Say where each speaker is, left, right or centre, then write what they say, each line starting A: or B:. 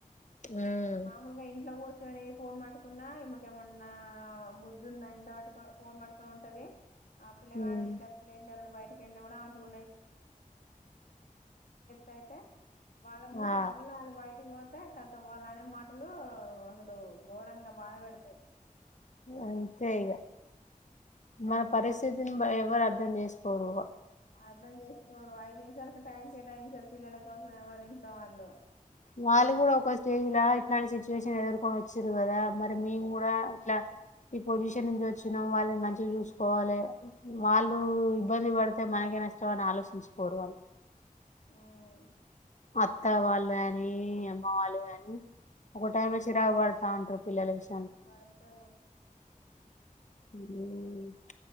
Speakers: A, on the left; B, on the left.
A: ఉమ్
B: మామొలుగా ఇంట్లో కూచ్చోని ఫోన్ మాటు కున్నా ఈమకేమన్నా బుద్దుందా ఇంట్లొ పట్టుకొని ఫోన్ పట్టుకొని ఉంటది ఆ పిల్ల గాడు
A: ఉమ్
B: ఇంట్లో పిల్లొ వారెవరైనా బయ <unintelligible> వాళ్ళముసడన్
A: ఆ
B: వాళ్ళ బయటికి పోతే కతం వాళ్ళ అనే మాటలు అసలు ఘోరంగా బాధ పెడతాయి
A: అంతే ఇక
B: ఉమ్
A: మన పరిస్థితిని ఎవరు అర్థం చేస్త ఓవ
B: అర్థం చేసుకోరు ఐదు నిమిషాలకు టైం కేటాయించారు పిల్లల కోసం ఎవరు ఇంట్లో వాళ్ళు
A: వాళ్ళు కూడా ఒక స్టేజ్లా ఇట్లాంటి సిచ్యువేషన్ ఎదుర్కొని వచ్చారు కదా మరి మేము కూడా ఇట్లా ఈ పొజిషన్ నుంచి వచ్చినా వాళ్ళని మంచిగా చూసుకోవాలి వాళ్ళు ఇబ్బంది పడితే మనకి నష్టం అని ఆలోచించుకోరు వాళ్ళు
B: ఉమ్
A: అత్త వాళ్ళు కాని అమ్మ వాళ్ళు కాని ఒక టైంలో లో చిరాకు పడతా ఉంటారు పిల్లల విష
B: పడ్డాతారు
A: ఉమ్